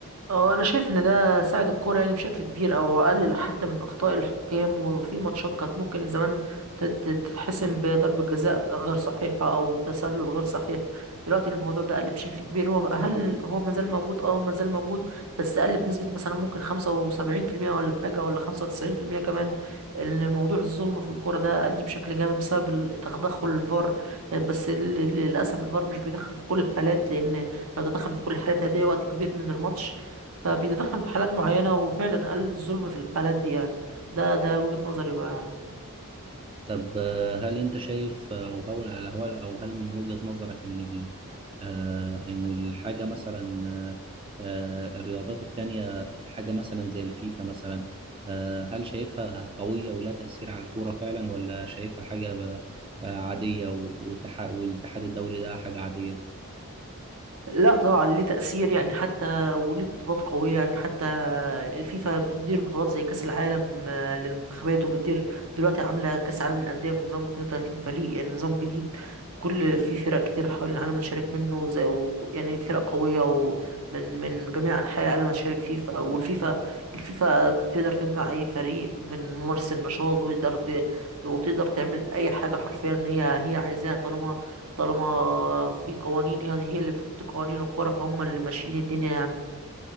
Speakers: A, on the right; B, on the right.
A: اه انا شايف ان ده ساعد الكوره يعني بشكل كبير او قلل حتى من اخطاء الحكام وفي ماتشات كانت ممكن زمان تت- تتحسم بضربه جزاء غير صحيحه او تسلل غير صحيح دلوقتي الموضوع ده قل بشكل كبير هو هل هو مازال موجود اه مازال موجود بس قل بنسبه مثلا ممكن 75% ولا حاجه ولا 95% كمان ان موضوع الظلم في الكوره ده قل بشكل جامد بسبب ال- تدخل الفار يعني بس ال- للاسف الفار مش بيدخل في كل الحالات لان لو تدخل في كل الحالات هيضيع وقت كبير من الماتش فبيتدخل في حالات معينة وفعلا قل الظلم في الحالات دي يعني ده ده وجهة نظري بقى يعني
B: طب آه، هل انت شايف آه، او هل هل- هل- او هل من وجهة نظرك ان ال- آه، ان الحاجة مثلا آه، آه، الرياضات التانية حاجة مثلا زي الفيفا مثلا آه، هل شايفها قوية ولا تأثير على الكورة فعلا ولا شايفها حاجة ب- آه، عادية والتح- والاتحاد الدولي ده حاجة عادية؟
A: لا طبعا ليه تأثير يعني حتى وليه بطولات قوية يعني حتى الفيفا بتدير بطولات زي كأس العالم آه، للمنتخبات وبتدير دلوقتي عاملة كأس العالم للأندية بنظام 32 فريق يعني نظام جديد كل في فرق كتير حول العالم تشارك منه زي و- يعني فرق قوية ومن من جميع أنحاء العالم تشارك فيفا والفيفا الفيفا تقدر تمنع أي فريق من ممارسة النشاط وتقدر ت- وتقدر تعمل أي حاجة حرفيا هي هي عايزاها طالما طالما في قوانين هي هي اللي بتحط قوانين الكرة فهم اللي ماشيين الدنيا يعني